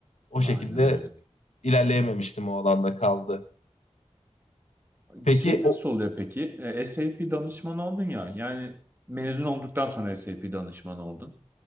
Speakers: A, on the left; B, on the right.
A: o şekilde
B: Aynen öyle.
A: ilerleyememiştim o alanda kaldı. Peki
B: Şey nasıl
A: o
B: oluyor peki? E, SAP danışmanı oldun ya. Yani mezun olduktan sonra SAP danışmanı oldun.